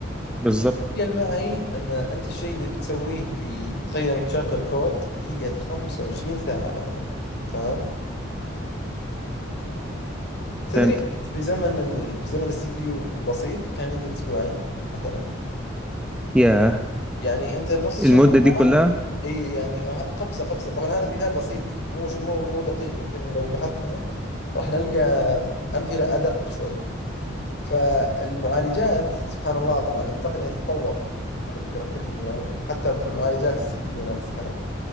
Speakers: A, in the centre; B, on the left.
A: بالظبط
B: تخيل معي أن أنت الشيء اللي بتسويه في تخيل أنك تشغل كود يقعد 25 ساعة مثلا تمام تدري
A: فهمت
B: في زمن ال... في زمن السي بي يو البسيط كان يقعد أسبوعين مثلا
A: يا
B: يعني انت نص
A: المدة
B: شهر
A: دي كلها
B: راح اي يعني ه- قفزه قفزه طبعا هذا مثال بسيط مو ش- مو مو دقيق يمكن لو بحثنا راح نلقى امثله ادق شوي فالمعالجات سبحان الله طبعا التقنيه تتطور على فكره كل يوم حتى في المعالجات السي بي يو نفسها